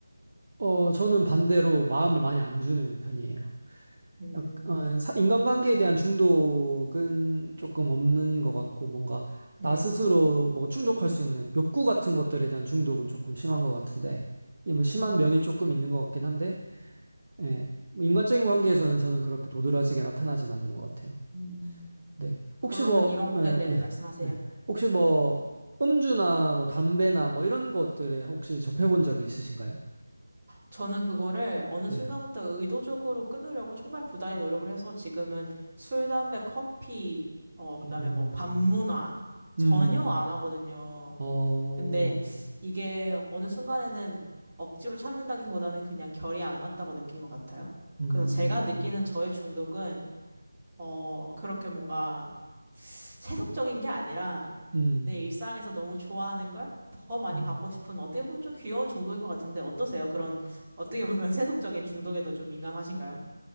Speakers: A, on the right; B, on the right.
A: 어, 저는 반대로 마음을 많이 안 주는 편이에요.
B: 음,
A: 약- 어, 사- 인간관계에 대한 중독은 조금 없는 것 같고, 뭔가
B: 음,
A: 나 스스로 뭐 충족할 수 있는 욕구 같은 것들에 대한 중독은 조금 심한 것 같은데, 이게 뭐 심한
B: 음,
A: 면이 조금 있는 것 같긴 한데, 예. 뭐 인간적인 관계에서는 저는 그렇게 도드라지게 나타나진 않는 것 같아요.
B: 음.
A: 네.
B: 그러면
A: 혹시 뭐,
B: 이런,
A: 예, 예,
B: 네, 네네, 말씀하세요.
A: 예. 혹시 뭐, 음주나 뭐, 담배나 뭐, 이런 것들에 혹시 접해본 적 있으신가요?
B: 저는 그거를 어느
A: 네.
B: 순간부터 의도적으로 끊으려고 정말 부단히 노력을 해서 지금은 술, 담배, 커피, 어, 그다음에
A: 음,
B: 뭐, 밤문화, 전혀
A: 음,
B: 안 하거든요.
A: 어,
B: 근데 이게 어느 순간에는 억지로 참는다기보다는 그냥 결이 안 맞다고 느낀 것 같아요.
A: 음,
B: 그래서 제가 느끼는 저의 중독은, 어, 그렇게 뭔가 세속적인 게 아니라
A: 음,
B: 내 일상에서 너무 좋아하는 걸 더 많이
A: 음.
B: 갖고 싶은 어떻게 보면 좀 귀여운 중독인 것 같은데 어떠세요? 그런 어떻게 보면 <laughs> 세속적인 중독에도 좀 민감하신가요?